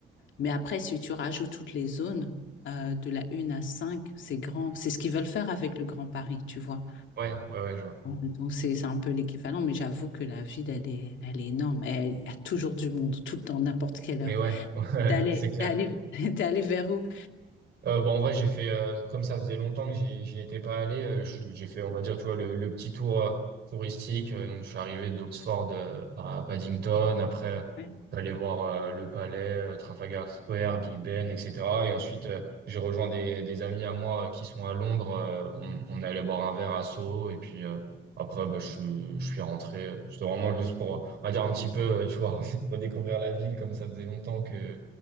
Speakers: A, on the left (about 70°); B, on the right (about 55°).
A: Mais après, si tu rajoutes toutes les zones, euh, de la 1 à 5, c'est grand. C'est ce qu'ils veulent faire avec le Grand Paris, tu vois.
B: ouais, ouais, ouais, je vois.
A: Donc, c'est c'est un peu l'équivalent, mais j'avoue que la ville, elle est, elle est énorme. Elle, il y a toujours du monde, tout le temps, n'importe quelle
B: Mais
A: heure.
B: ouais, <laughs> ouais,
A: T'es allé,
B: c'est clair.
A: t'es allé, <laughs> t'es allé vers où?
B: Euh, bon, en vrai, j'ai fait, euh, comme ça faisait longtemps que j'y j'y étais pas allé, euh, je suis- j'ai fait, on va dire, tu vois, le, le petit tour euh, touristique. Euh, donc, je suis arrivé d'Oxford euh, à Paddington. Après, euh,
A: Ouais.
B: je suis allé voir euh, le palais, euh, Trafalgar Square, Big Ben, etc. Et ensuite, euh, j'ai rejoint des, des amis à moi euh, qui sont à Londres. Euh, on, on est allé boire un verre à Soho. Et puis, euh, après, bah, je, suis- je suis rentré. Euh, C'était vraiment juste pour, on va dire, un petit peu, euh, tu vois, <laughs> pour découvrir la ville, comme ça faisait longtemps que,